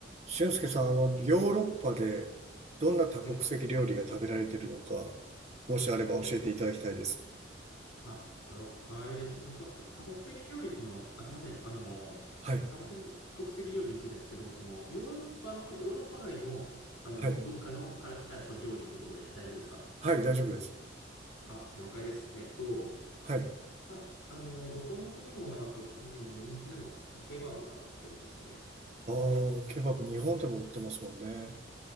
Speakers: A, on the right; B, on the left.
A: 俊介さん、あの、ヨーロッパでどんな多国籍料理が食べられてるのか、
B: はい。
A: もしあれば教えていただきたいです。
B: はい。あ、了解です。じゃあ、多国多国籍料理っていうのは、あ、すみません。あの、
A: はい、
B: 多国籍、国籍料理についてなんですけども、その、ヨーロッパの、ヨーロッパ外の、あの、
A: はい、
B: 文化の、から来た、その料理ってことで大丈夫ですか
A: はい、大丈夫です。
B: あ、了解です。えっと、
A: はい。あ
B: まあ、あの、どこの国もやっぱ、あの、人気なのは、ケバブかなって思いますね。
A: あ、ケバブ、日本でも売ってますもんね。